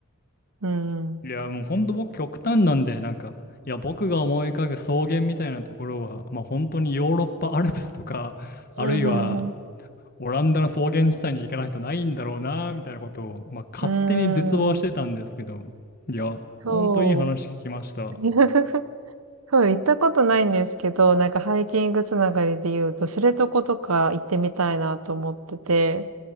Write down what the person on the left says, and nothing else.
いや、もうほんと僕極端なんで、なんか、いや、僕が思い浮かぶ草原みたいなところは、まあ本当にヨーロッパアルプスとか、あるいは
オランダの草原地帯に行かないとないんだろうな、みたいなことを、まあ勝手に絶望してたんですけど、
いや、
ほんといい話聞きました。